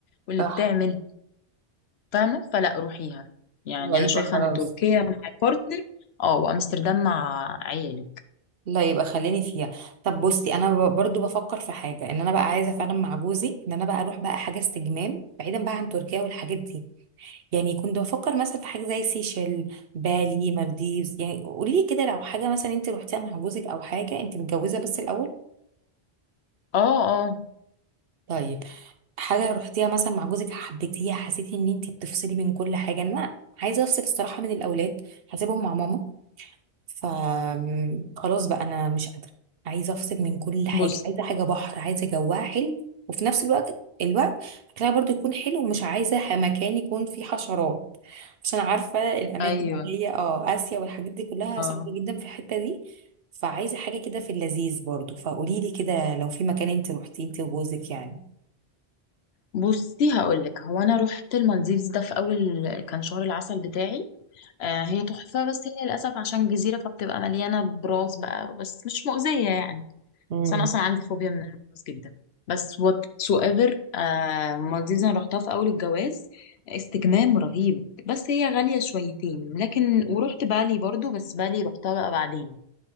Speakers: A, on the left; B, on the right.
A: واللي
B: صح
A: بتعمل فاهمه فلا روحيها يعني
B: لا يبقى
A: انا شايفه
B: خلاص
A: ان تركيا مع بارتنر اه وامستردام مع عيالك
B: لا يبقى خليني فيها طب بصي انا ب- برضو بفكر في حاجه ان انا بقى عايزه فعلا مع جوزي ان انا بقى اروح بقى حاجه استجمام بعيدا بقى عن تركيا والحاجات دي يعني كنت بفكر مثلا في حاجه زي سيشل بالي مالديفز يعني قولي لي كده لو حاجه مثلا انت روحتيها مع جوزك او حاجه انت متجوزه بس الاول
A: اه اه
B: طيب حاجة رحتيها مثلا مع جوزك حبيتيها حسيتي ان انتي بتفصلي من كل حاجة انا عايزة افصل الصراحة من الاولاد هسيبهم مع ماما ف م- خلاص بقى انا مش قادرة عايزة افصل من كل حاجة
A: بص
B: عايزة حاجة بحر عايزة جواها حلو وفي نفس الوقت الوقت اكلها برضو يكون حلو ومش عايزة ح- مكان يكون فيه حشرات عشان عارفة الاماكن
A: ايوه
B: اللي هي اه اسيا والحاجات دي كلها
A: اه
B: صعبة جدا في الحتة دي فعايزة حاجة كده في اللذيذ برضو فقوليلي كده لو في مكان انت روحتي انت وجوزك يعني
A: بصي هقول لك هو انا رحت المالديفز ده في اول كان شهر العسل بتاعي آه هي تحفه بس هي للاسف عشان جزيره فبتبقى مليانه براس بقى بس مش مؤذيه يعني
B: امم
A: بس انا اصلا عندي فوبيا من الجواز جدا بس whatsoever آه مالديفز انا رحتها في اول الجواز استجمام رهيب بس هي غالية شويتين لكن ورحت بالي برضو بس بالي رحتها بقى بعدين